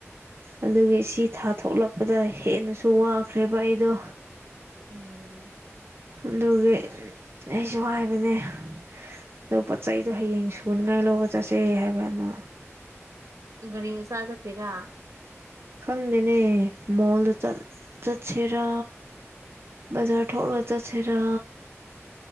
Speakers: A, on the right; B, on the right.
A: ꯑꯗꯨꯒꯤ ꯁꯤ ꯊꯥ ꯊꯣꯛꯂꯛꯄꯗ ꯍꯦꯟꯅꯁꯨ ꯋꯥꯈ꯭ꯔꯦꯕ ꯑꯩꯗꯣ
B: ꯎꯝ
A: ꯑꯗꯨꯒꯤ ꯑꯩꯁꯨ ꯍꯥꯏꯕꯅꯦ ꯑꯗ ꯄꯣꯠ ꯆꯩꯗꯣ ꯍꯌꯦꯡ ꯁꯨꯅꯤꯡꯉꯥꯏ ꯂꯧꯕ ꯆꯠꯁꯦ ꯍꯥꯏꯕꯅꯣ
B: ꯅꯤ ꯁꯥꯗꯦꯔ
A: ꯈꯪꯗꯦꯅꯦ ꯃꯣꯜꯗ ꯆꯠꯁꯤꯦꯔꯥ ꯕꯖꯔ ꯊꯣꯛꯔꯒ ꯆꯠꯁꯤꯦꯔ